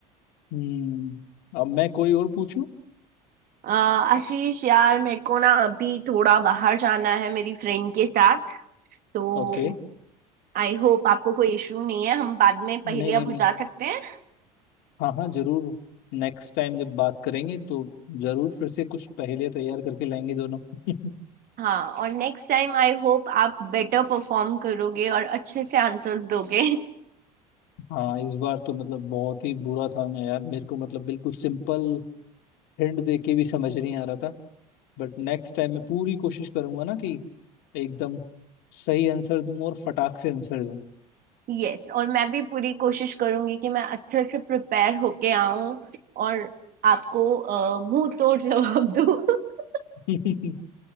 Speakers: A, on the left; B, on the right.
A: हम्म अब मैं कोई और पूछूं
B: अ, आशीष यार मेरे को ना अभी थोड़ा बाहर जाना है मेरी फ्रेंड के साथ तो
A: ओके
B: आई होप आपको कोई इशू नहीं है हम बाद में पहले
A: नहीं नहीं
B: अब
A: नहीं
B: जा सकते हैं
A: हाँ हाँ जरूर नेक्स्ट टाइम जब बात करेंगे तो जरूर फिर से कुछ पहेलियां तैयार करके लाएंगे दोनों <laughs>
B: हाँ और नेक्स्ट टाइम आई होप आप बेटर परफॉर्म करोगे और अच्छे से आंसर्स दोगे
A: हाँ इस बार तो मतलब बहुत ही बुरा था मैं यार मेरे को मतलब बिल्कुल सिंपल हिंट दे के भी समझ नहीं आ रहा था बट नेक्स्ट टाइम मैं पूरी कोशिश करूंगा ना कि एकदम सही आंसर दूं और फटाक से आंसर दूं
B: <laughs> यस और मैं भी पूरी कोशिश करूंगी कि मैं अच्छे से प्रिपेयर होके आऊं और आपको अ, मुंह तोड़ जवाब दूं <laughs>
A: <laughs>